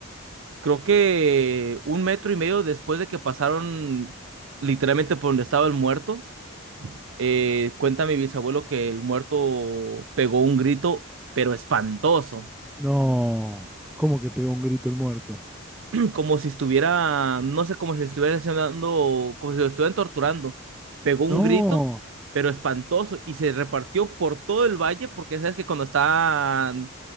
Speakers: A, on the right (about 60°); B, in the centre.
A: Creo que un metro y medio después de que pasaron literalmente por donde estaba el muerto, Eh, cuenta mi bisabuelo que el muerto pegó un grito, pero espantoso,
B: No, ¿cómo que pegó un grito el muerto?
A: <clears throat> como si estuviera, no sé, como si estuviera haciendo, como si lo estuvieran torturando. Pegó un
B: No,
A: grito, pero espantoso, y se repartió por todo el valle, porque sabes que cuando está,